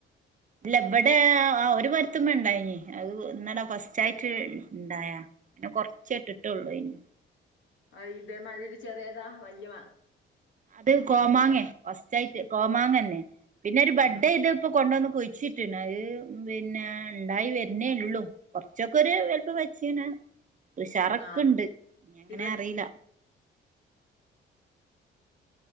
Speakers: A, on the right; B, on the left.
A: ഇല്ല ഇവിടെ ആ ഒരു മരത്തുമേ ഇണ്ടായിനി അത് ഇന്നടാ ഫസ്റ്റ് ആയിട്ട് ഇണ്ടായാ പിന്നെ കൊറചെ ഇട്ടിട്ടുള്ളു ഇനി
B: ആ ഇതേമാതിരി ചെറിയതാ വല്യ
A: അത് കോമാങ്ങ
B: വലുതാ
A: ഫസ്റ്റായിട്ട് കോമാങ്ങന്നെ പിന്നെ ഒരു ബഡയ്ത്
B: ആഹ്
A: ഇതിപ്പോ കൊണ്ട കുഴിച്ചിട്ടിന് അത് പിന്നെ ഉണ്ടായി വരുന്നേ ഉള്ളൂ കൊറച്ചൊക്കെ ഒരു വലുപ്പ വച്ചീന ഉഷറക്കൊണ്ട്
B: ആഹ്
A: ഇനിങ്ങനെ
B: ഇവിടെ
A: അറില